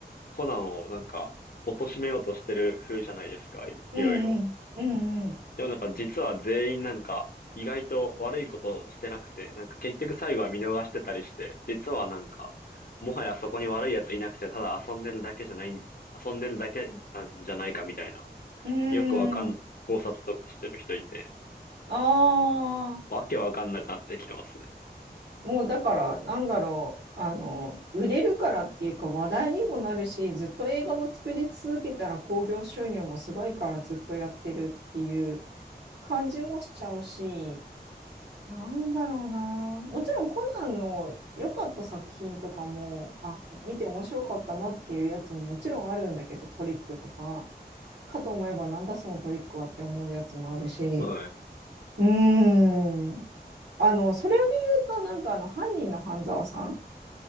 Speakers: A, on the left; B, on the right.
A: コナンをなんか、貶めようとしてる風じゃないですか、いろいろいろ。
B: うんうん、うん
A: でもなんか実は全員なんか意外と悪いことしてなくて、なんか結局最後は見逃してたりして、実はなんか、もはやそこに悪い奴いなくて、ただ遊んでるだけじゃない、遊んでるだけなんじゃないかみたいな、
B: うん、
A: よくわかん、
B: うーん、
A: 考察とかしてる人いて、
B: ああ
A: わけわかんなくなってきてますね。
B: もうだから、なんだろう、あの、売れるからっていうか話題にもなるし、ずっと映画も作り続けたら興行収入もすごいからずっとやってるっていう感じもしちゃうし、なんだろうな。もちろんコナンの良かった作品とかも、あ、見て面白かったなっていうやつももちろんあるんだけど、トリックとか、かと思えばなんだそのトリックはって思うやつもあるし、
A: はい。
B: うーん。あの、それで言うと、なんかあの、犯人の半沢さん